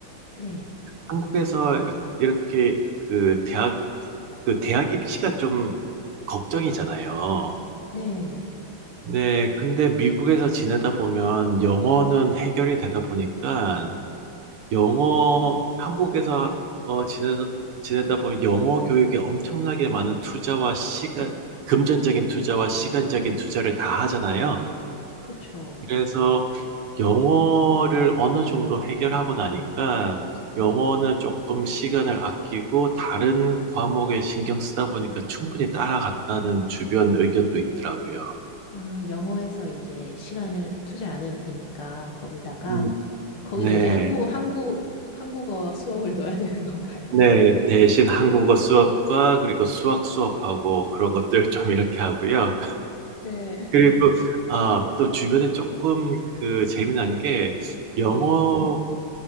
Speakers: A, on the left; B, on the right.
A: 네.
B: 한국에서 이렇- 게 그 대학, 그 대학 입시가 좀 걱정이잖아요.
A: 네,
B: 네, 근데 미국에서 지내다 보면 영어는 해결이 되다 보니까, 영어, 한국에서 어, 지내다, 지내다 보면 영어 교육에 엄청나게 많은 투자와 시간, 금전적인 투자와 시간적인 투자를 다 하잖아요.
A: 그쵸.
B: 그래서 영어를 어느 정도 해결하고 나니까 영어는 조금 시간을 아끼고 다른 과목에 신경 쓰다 보니까 충분히 따라갔다는 주변 의견도 있더라고요.
A: 아, 영어에서 이제 시간을 투자 안 해도 되니까 거기다가
B: 음,
A: 거기다
B: 네.
A: 이제 한국어 한국 한국어 수업을 <laughs> 넣어야 되는 건가요?
B: 네, 대신 한국어 수업과 그리고 수학 수업하고 그런 것들 좀 이렇게 하고요.
A: 네.
B: 그리고 아, 또 주변에 조금 그 재미난 게 영어
A: 네,